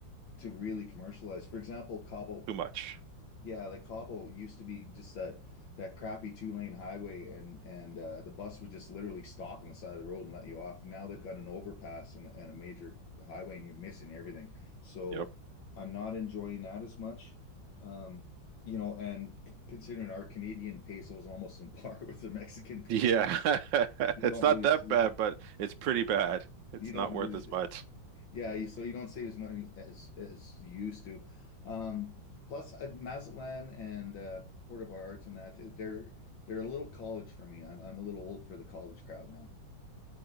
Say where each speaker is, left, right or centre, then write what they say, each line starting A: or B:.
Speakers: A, on the left; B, on the right.
A: to really commercialize. For example, Cabo
B: Too much.
A: yeah, like Cobble used to be just that that crappy two lane highway, and and uh, the bus would just literally stop on the side of the road and let you off. Now they've got an overpass and, and a major highway, and you're missing everything. So
B: Yep.
A: I'm not enjoying that as much, um, you know. And c- considering our Canadian peso is almost on par <laughs> with the Mexican peso,
B: Yeah. <laughs>
A: you
B: It's
A: don't
B: not
A: really
B: that
A: see
B: bad, but it's pretty bad. It's
A: you don't
B: not worth
A: really see,
B: as much.
A: yeah, you- so you don't save as money as as you used to. Um, plus, uh, Mazatlan and uh, Port of Arts and that they're they're a little college for me. I'm I'm a little old for the college crowd now.